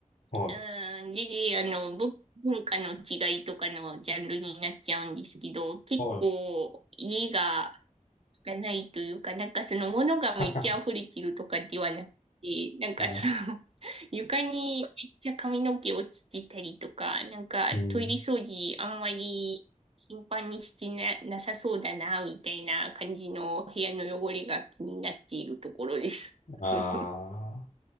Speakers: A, on the left; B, on the right.
A: はい。
B: うん、で、あの、ぶ文化の違いとかのジャンルになっちゃうんですけど、結構家が
A: は
B: 汚いというか、なんかその物がめっちゃ溢れてるとかではなくて、
A: い。<laughs>
B: なんかその
A: はい。
B: <laughs> 床にめっちゃ髪の毛落ちてたりとか、なんかトイレ掃除あんまり頻繁にしてな、
A: うん。
B: なさそうだな、みたいな感じの部屋の汚れが気になっているところです。
A: ああ、
B: <laughs>
A: やっ